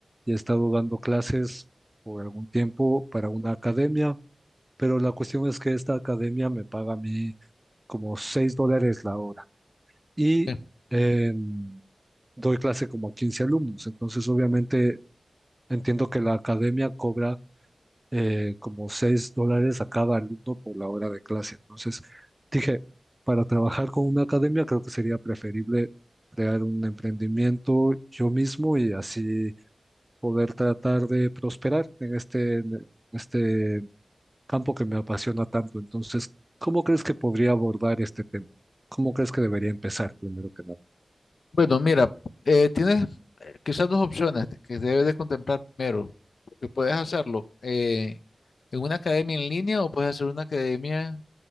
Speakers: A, on the right (about 15°); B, on the left (about 90°).
A: y he estado dando clases por algún tiempo para una academia, pero la cuestión es que esta academia me paga a mí como 6 dólares la hora y
B: Eh,
A: eh, doy clase como a 15 alumnos. Entonces, obviamente, entiendo que la academia cobra eh, como 6 dólares a cada alumno por la hora de clase. Entonces, dije, para trabajar con una academia creo que sería preferible crear un emprendimiento yo mismo y así poder tratar de prosperar en este, en este campo que me apasiona tanto. Entonces, ¿cómo crees que podría abordar este tema? ¿Cómo crees que debería empezar primero que nada?
B: Bueno, mira, eh, tienes quizás dos opciones que debes de contemplar primero, que puedes hacerlo eh, en una academia en línea o puedes hacer una academia